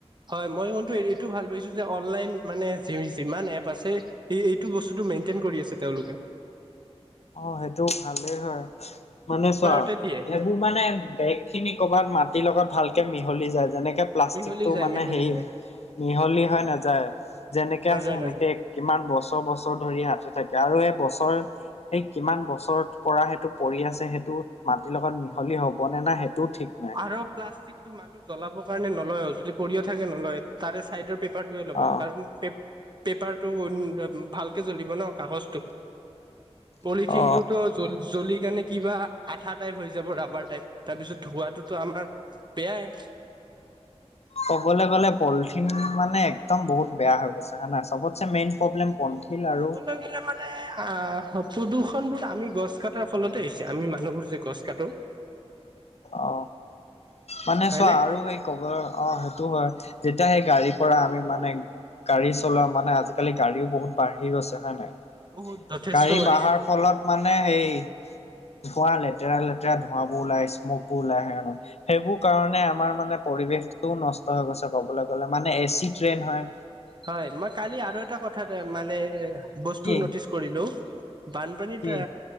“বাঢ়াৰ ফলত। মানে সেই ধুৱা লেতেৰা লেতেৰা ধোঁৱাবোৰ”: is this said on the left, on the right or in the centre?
Left